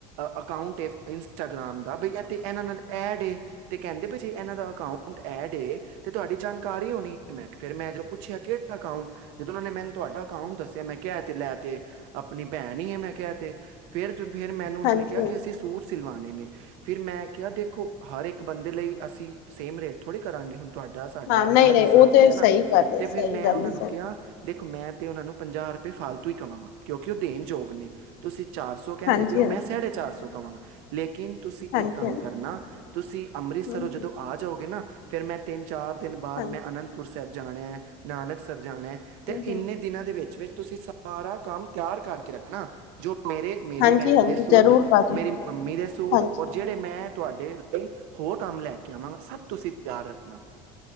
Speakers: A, on the right; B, on the left.
A: ਅਕਾਊਂਟ ਇੰਸਟਾਗ੍ਰਾਮ ਦਾ ਬ ਇਥੇ ਇਹਨਾਂ ਨਾਲ ਐਡ ਏ, ਤੇ ਕਹਿੰਦੇ ਵੀ, ਜੇ ਇਹਨਾਂ ਦਾ ਅਕਾਊਂਟ ਐਡ ਏ, ਤੇ ਤੁਹਾਡੀ ਜਾਣਕਾਰੀ ਹੋਣੀ ਮੈਂ, ਫਿਰ ਮੈਂ ਜਦੋਂ ਪੁੱਛਿਆ ਕਿਹੜਾ ਅਕਾਊਂਟ ਜਦੋਂ ਉਹਨਾਂ ਨੇ ਮੈਨੂੰ ਤੁਹਾਡਾ ਅਕਾਊਂਟ ਦੱਸਿਆ। ਮੈਂ, ਕਿਹਾ ਤੇ ਲੈ, ਤੇ ਆਪਣੀ ਭੈਣ ਹੈ ਮੈਂ, ਕਹਿ ਤੇ, ਫਿਰ ਫਿਰ ਮੈਨੂੰ ਉਹਨਾਂ
B: ਹਾਂਜੀ-ਹਾਂਜੀ।
A: ਨੇ ਕਿਹਾ ਕਿ ਅਸੀਂ ਸੂਟ ਸਿਲਵਾਣੇ ਨੇ, ਫਿਰ ਮੈਂ ਕਿਆ ਦੇਖੋ ਹਰ ਇੱਕ ਬੰਦੇ ਲਈ ਅਸੀਂ ਸੇਮ ਰੇਟ ਥੋੜ੍ਹੀ ਕਰਾਂਗੇ! ਹੁਣ ਤੁਹਾਡਾ ਸਾਡਾ
B: ਹਾਂ ਨਹੀਂ-ਨਹੀਂ
A: ਅਲੱਗ ਹਿਸਾਬ
B: ਉਹ ਤੇ
A: ਹੈਨਾ
B: ਸਹੀ ਗੱਲ ਹੈ,
A: ਤੇ, ਫਿਰ
B: ਸਹੀ
A: ਮੈਂ
B: ਗੱਲ
A: ਉਹਨਾਂ
B: ਹੈ,
A: ਨੂੰ
B: ਸਹੀ
A: ਕਿਹਾ। ਦੇਖੋ ਮੈਂ, ਤਾਂ ਉਹਨਾਂ ਨੂੰ ਪੰਜਾਹ ਰੁਪਏ ਫਾਲਤੂ ਹੀ ਕਵਾਂਗਾ ਕਿਉਂਕਿ ਉਹ ਦੇਣ ਯੋਗ ਨੇ, ਤੁਸੀਂ ਚਾਰ ਸੌ ਕਹਿੰਦੇ
B: ਹਾਂਜੀ-ਹਾਂਜੀ,
A: ਪਏਓ ਮੈਂ, ਸਾਢੇ ਚਾਰ ਸੌ, ਕਵਾਂਗਾ ਲੇਕਿਨ ਤੁਸੀਂ
B: ਹਾਂਜੀ-ਹਾਂਜੀ,
A: ਇੱਕ ਕੰਮ ਕਰਨਾ। ਤੁਸੀਂ ਅੰਮ੍ਰਿਤਸਰ
B: ਹੂੰ-ਹੂੰ,
A: ਜਦੋਂ ਆ ਜਾਓਗੇ। ਨਾ ਫਿਰ ਮੈਂ ਤਿੰਨ ਚਾਰ ਦਿਨ ਬਾਅਦ
B: ਹਾਂਜੀ,
A: ਮੈਂ ਅਨੰਤ ਪੁਰ ਸਾਹਿਬ ਜਾਣਾ ਹੈ। ਨਾਨਕਸਰ ਜ ਜਾਣਾ ਹੈ ਤਾਂ
B: ਹੂੰ-ਹੂੰ।
A: ਇੰਨੇ ਦਿਨਾਂ ਦੇ ਵਿੱਚ-ਵਿੱਚ ਤੁਸੀਂ ਸਾਰਾ ਕੰਮ ਤਿਆਰ ਕਰਕੇ ਰੱਖਣਾ! ਜੋ ਮੇਰੇ ਮੇਰੀ
B: ਹਾਂਜੀ-ਹਾਂਜੀ
A: ਭੈਣ ਦੇ ਸੂਟ,
B: ਜ਼ਰੂਰ ਭਾਜੀ
A: ਮੇਰੀ ਮੰਮੀ ਦੇ, ਸੂਟ
B: ਹਾਂਜੀ,
A: ਔ ਜਿਹੜੇ ਮੈਂ ਤੁਹਾਡੇ ਲਈ ਹੋਰ ਕੰਮ ਲੈ, ਕੇ ਆਵਾਂਗਾ ਸਭ ਤੁਸੀਂ ਤਿਆਰ ਰੱਖਣਾ।